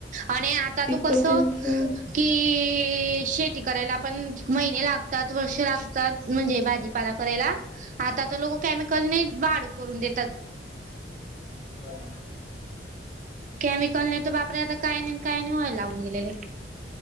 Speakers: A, on the right (about 45°); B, on the left (about 40°).
A: आणि आता
B: पीक
A: तू कस
B: पण त्यांचं
A: की शेती करायला आपण महिने लागत वर्ष लागतात म्हणजे भाजीपाला करायला आता तर लोक केमिकल न करून देतात
B: हो
A: केमिकल नाही तर बापर आता काही नाही काय नाही व्हाय लागून गेलेले